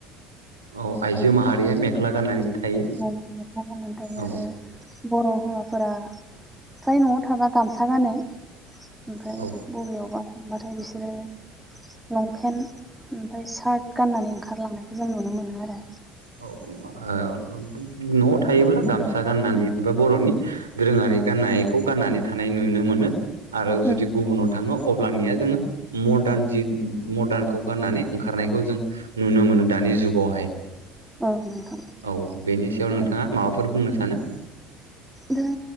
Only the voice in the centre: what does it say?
औ मेख्ला गाननानै थायो आरो
बर' हौवाफोरा फ्राय न'आव थाबा गामसा गानो ओमफ्राय
बबेयावबा थांबाथाय बिसोरो लंपेन्ट ओमफ्राय सार्ट गाननानै ओंखारलांनायखौ जों नुनो मोनो आरो
औ
नोंथां
आरो
दा